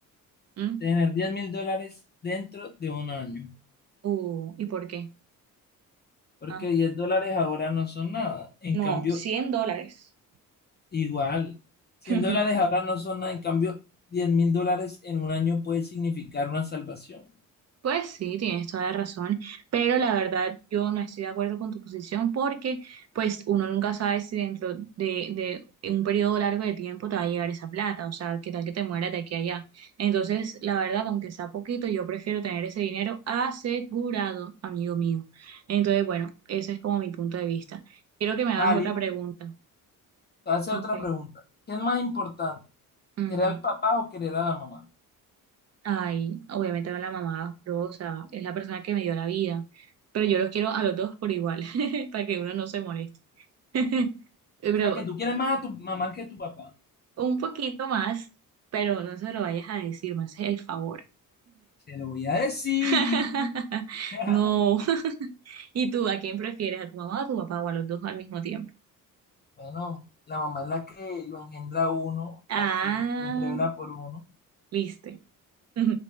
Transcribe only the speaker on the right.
¿Mm?
Uh, ¿y por qué?
Ah,
no,
100 dólares.
<laughs>
Pues sí, tienes toda la razón, pero la verdad yo no estoy de acuerdo con tu posición porque pues uno nunca sabe si dentro de, de un periodo largo de tiempo te va a llegar esa plata, o sea, qué tal que te mueras de aquí a allá. Entonces, la verdad, aunque sea poquito, yo prefiero tener ese dinero asegurado, amigo mío. Entonces, bueno, ese es como mi punto de vista. Quiero que me hagas
otra pregunta.
Ok.
Ujú.
Ay, obviamente no la mamá Rosa, es la persona que me dio la vida, pero yo los quiero a los dos por igual, <laughs> para que uno no se moleste. <laughs> Pero
un poquito más, pero no se lo vayas a decir, me haces el favor.
<laughs>
No. ¿Y tú a quién prefieres, a tu mamá o a tu papá o a los dos al mismo tiempo?
Ah,
viste. <laughs>